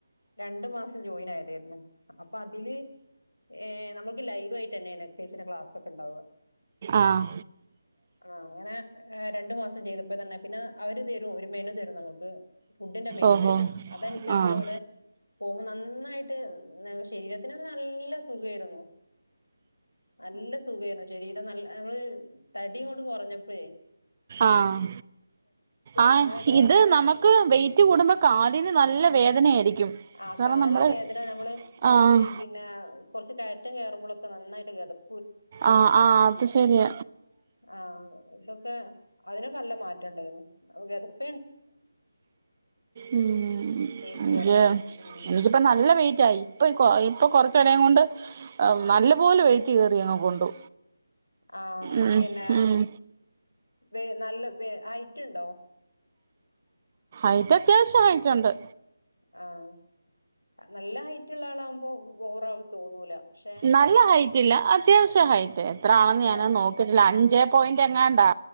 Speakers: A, on the left; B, on the right.
A: രണ്ടു മാസം ജോയിൻ ആയടെ <unintelligible> അപ്പൊ അതില് ഏ നമ്മുക്ക് ലൈവാ യിട്ട് തന്നേണ് എക്‌സൈയ്‌സ് ക്ലാസ് ഒക്കെ ഉണ്ടാവ
B: ആഹ്
A: ആ അങ്ങനെ രണ്ടു മാസംചെയ്തപ്പോ തന്നെ പിന്നെ അവര് തരും ഒരു മെനു തരും നമുക്ക് ഫുഡ്ഡിന്റെ മെയിനു
B: ഓഹോ
A: തരും അതനുസരിച്ച്
B: ആഹ്
A: നമ്മള് പോവു നന്നായിട്ട് ന്ന ശരീരത്തിനും നല്ല സുഖേയിരുന്നു നല്ല സുഖേമാണ് ശരീരം നല്ല നമ്മള് തടിയുങ് കൊറഞ്ഞപ്പഴേ
B: ആഹ് ആ
A: അങ്ങനെയൊക്കെ
B: ഇത് നമുക്ക് മ്മക്ക് വൈറ്റ് കൂടുമ്പോ കാലിന് നല്ല വേദനയായിരിക്കും
A: ആ
B: കാരണം
A: കാലിന്
B: നമ്മള്
A: വേദന നമ്മള്
B: ആഹ്
A: ഈ പിന്നെ കൊറ് ച് കഴ ഒറ്റം കേറുമ്പോഴൊക്ക നന്നായിട്ട് കേറും
B: ആഹ ആഹ അത് ശരിയ
A: ആഹ ഇതൊക്കെ അതിനൊക്കല്ല മാറ്റം ഉണ്ടായിന്നു അപ്ഗതപ്പ്
B: ഉം
A: വെയിറ്റ്
B: എനിക്ക്
A: കുറഞ്ഞപ്പോ ഉം
B: എനിക്കിപ്പ
A: എന്താ
B: നല്ല വെയിറ്റായി
A: പിന്നെ
B: ഇപ്പൊ ഇപ്പൊ കൊറച്ച് എടേ കൊണ്ട് നല്ല പോലെ വെയിറ്റ് കേറി അങ്ങ് കൊണ്ടു
A: ആ
B: ഉം
A: പിന്നെ
B: ഉം
A: വി നല്ല വെ ഐറ്റുണ്ടോ
B: ഐറ്റ അത്യാവശ്യം ഐറ്റുണ്ട്
A: ആഹ് നല്ല ഹൈറ്റ് ഉള്ള ആളാവുമ്പോ ബോറായി തോന്നൂല പക്ഷെ
B: നല്ല ഹൈറ്റ് ഇല്ല അത്യാവശ്യ ഹൈറ്റ് എത്ര ആണെന്ന് ഞാൻ
A: ആ
B: നോക്കിട്ടില്ല അഞ്ച് പോയിന്റ് എങ്ങാണ്ടാ